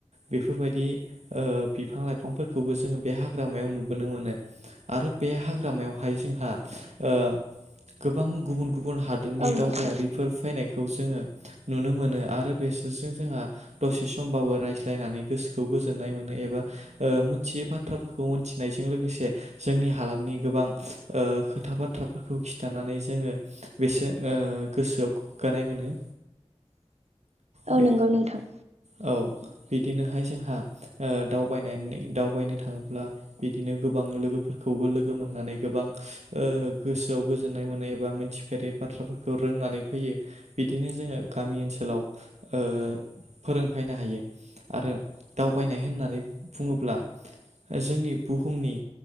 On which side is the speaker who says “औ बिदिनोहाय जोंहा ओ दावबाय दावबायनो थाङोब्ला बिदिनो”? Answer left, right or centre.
Right